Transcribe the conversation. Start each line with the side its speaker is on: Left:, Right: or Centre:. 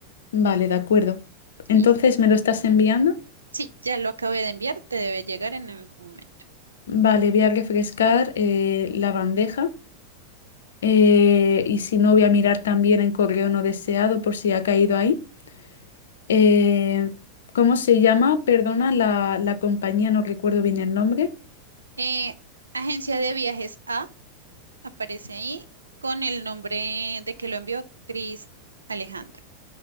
Left: Vale, de acuerdo. Entonces,
Right: Listo.
Left: ¿me lo estás enviando?
Right: Sí, ya lo acabé de enviar, te debe llegar en algún momento.
Left: Vale, voy a refrescar eh, la bandeja eh, y si no, voy a mirar también en correo no deseado por si ha caído ahí. Eh, ¿cómo se llama? Perdona la, la compañía, no recuerdo bien el nombre.
Right: Eh, agencia de viajes A aparece ahí con el nombre de que lo envió Cris Alejandro.